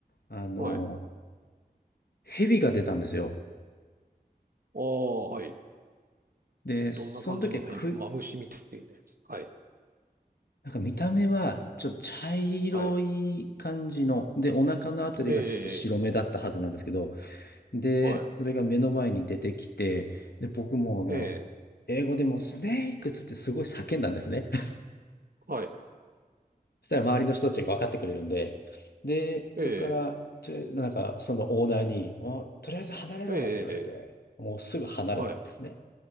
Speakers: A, on the left; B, on the right.
A: あの、
B: はい。
A: 蛇が出たんですよ。
B: ああ、はい。
A: で、
B: どんな感じの、
A: その時はく、
B: はい、マムシみたいなやつ。はい、
A: なんか見た目はちょっと茶色い感じの、
B: はい。
A: で、お腹のあたりがちょっと白目だったはずなんですけど、
B: ええ、
A: で、
B: はい、
A: それが目の前に出てきて、で、僕もあの、
B: ええ、
A: 英語でもうスネークっつってすごい叫んだんですね。<laughs>
B: はい、
A: そしたら周りの人たちが分かってくれるんで、で、そこから、
B: ええ、
A: とりあえずなんかそのオーナーに、おとりあえず離れろって言われて、
B: ええ、
A: もうすぐ離れたんですね。
B: はい、